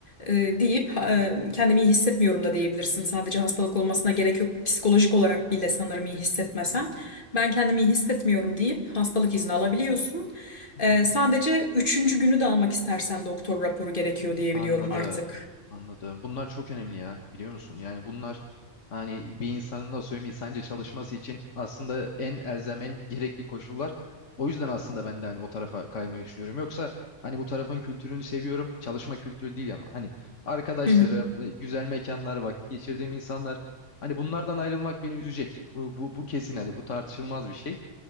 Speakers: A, on the left (about 45°); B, on the left (about 75°).
A: eee, deyip eee, kendimi iyi hissetmiyorum da diyebilirsin. Sadece hastalık olmasına gerek yok. Psikolojik olarak bile sanırım iyi hissetmesen. Ben kendimi iyi hissetmiyorum deyip hastalık izni alabiliyorsun.
B: hı
A: Eee,
B: hı.
A: sadece üçüncü günü de almak istersen doktor raporu gerekiyor diyebiliyorum
B: Anladım.
A: artık.
B: Anladım. Bunlar çok önemli ya biliyor musun? Yani bunlar hani bir insanın nasıl söyleyeyim insanca çalışması için aslında en elzem en gerekli koşullar. O yüzden aslında ben de hani o tarafa kaymayı düşünüyorum. Yoksa hani bu tarafın kültürünü seviyorum. Çalışma kültürü değil ama hani arkadaşlarım,
A: Hı hı.
B: e, güzel mekanlar, vakit geçirdiğim insanlar hani bunlardan ayrılmak beni üzecek. Bu, bu, bu kesin hani bu tartışılmaz bir şey.